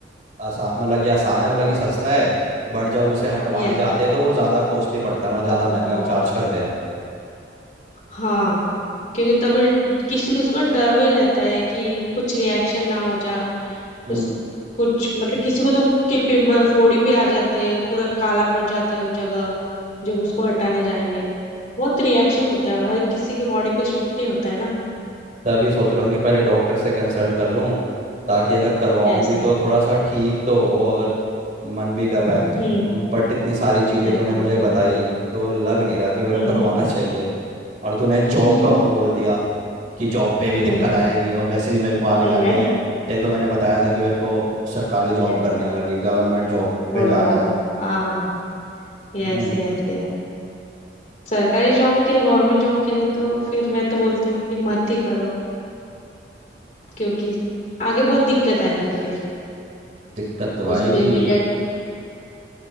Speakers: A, on the right; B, on the left.
A: आसान मतलब कि आसान है मतलब कि सस्ता है बट जब उसे हटवाने
B: यस
A: जाते हैं तो वो ज़्यादा कॉस्टली पड़ता है मतलब ज़्यादा
B: बहुत
A: महंगा चार्ज करते
B: हाँ क्योंकि तभी किसी किसी को डर भी रहता है कि कुछ रिएक्शन ना हो जाए
A: हैं
B: कुछ कुछ मतलब किसी को तो कि पिंपल फोड़ी भी आ जाते हैं पूरा काला पड़ जाता है वो जगह जब उसको हटाने जाएंगे बहुत रिएक्शन होता है हर किसी के बॉडी पे शूट नहीं होता है ना
A: तो अभी सोच रहा हूँ कि पहले डॉक्टर से कंसल्ट कर लूँ ताकि अगर करवाऊँ
B: यस
A: भी तो थोड़ा सा ठीक तो हो अगर मन भी कर रहा है
B: हम्म
A: बट इतनी सारी चीज़ें
B: यस
A: तूने मुझे बताई तो लग नहीं रहा कि मेरे
B: हम्म
A: को करवाना चाहिए और तूने जॉब
B: <laughs>
A: का और बोल दिया कि जॉब पे भी
B: हम्म
A: दिक्कत आएगी और वैसे भी मेरे को आगे जाके
B: Yes
A: तेरे को मैंने बताया था कि मेरे को सरकारी जॉब
B: yes
A: करनी और लगी गवर्नमेंट जॉब
B: वो
A: पे जाना है
B: हाँ Yes
A: हम्म,
B: yes yes सरकारी जॉब के गवर्नमेंट जॉब के लिए तो फिर मैं तो बोलती हूँ कि मत ही करो क्योंकि आगे बहुत दिक्कत आएगी फिर
A: दिक्कत तो आएगी
B: उस पे रिजेक्शन